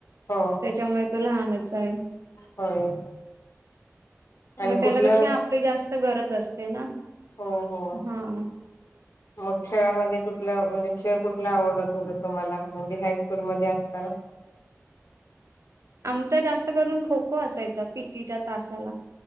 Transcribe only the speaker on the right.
त्याच्यामुळे तो लहानच हाये.
म त्याला
कशी आपली जास्त गरज असते ना
हा.
आमचा जास्त करून खो खो असायचा पी टी च्या तासाला